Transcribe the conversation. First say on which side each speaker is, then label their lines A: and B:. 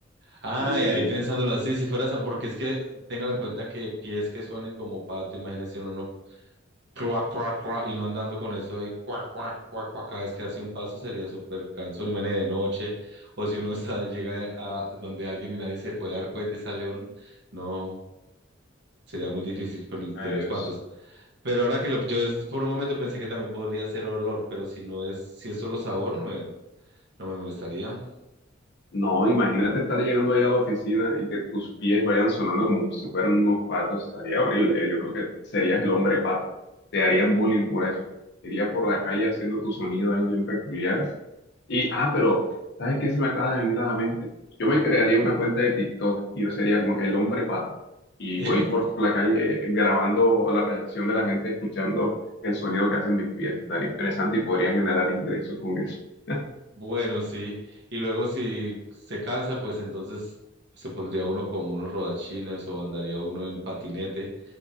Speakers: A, on the right (about 60°); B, on the left (about 60°).
A: Ay,
B: Sí,
A: ahí pensándolo así, si fuera sa- porque es que téngalo en cuenta que pies que suenen como pato, imagínense uno no cuac, cuac, cuac, y uno andando con eso ahí, cuac, cuac, cuac, cuac, cada vez que hace un paso sería súper cansón, imagínense de noche, o si uno <laughs> está, llega a donde alguien y nadie se puede dar cuenta y sale uno, no, sería muy difícil con el
B: adiós.
A: de los patos. Pero ahora que lo, yo es- por un momento pensé que también podría ser olor, pero si no es, si es solo sabor, no no me molestaría.
B: No, imagínate estar llegando ahí a la oficina y que tus pies vayan sonando como si fueran unos patos. Estaría horrible, ¿eh? Yo creo que serías el hombre pato. Te harían bullying por eso. Irías por la calle haciendo tu sonido ahí bien peculiar. Y, ah, pero, ¿sabes qué se me acaba de venir a la mente? Yo me crearía una cuenta de TikTok y yo sería como el hombre pato. Y
A: <laughs>
B: voy por la calle eh, grabando la reacción de la gente escuchando el sonido que hacen mis pies. Estaría interesante y podría generar ingresos con eso. <laughs>
A: Bueno, sí. Y luego si se cansa, pues entonces se pondría uno como unos rodachines o andaría uno en patinete